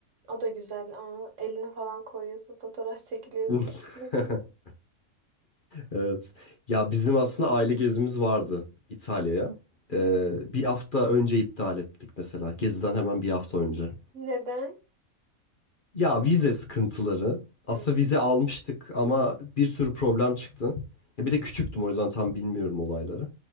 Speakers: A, on the right (about 60°); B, on the left (about 40°).
A: O da güzel. Aa, eline falan koyuyorsun. Fotoğraf çekiliyorsun.
B: <laughs>
A: Nasıl?
B: Evet. Ya bizim aslında aile gezimiz vardı İtalya'ya.
A: Hı,
B: Ee, bir hafta önce iptal ettik mesela. Geziden hemen bir hafta önce.
A: Neden?
B: Ya vize sıkıntıları. Aslında
A: Hı,
B: vize almıştık ama bir sürü problem çıktı. Ya bir de küçüktüm o yüzden tam bilmiyorum olayları.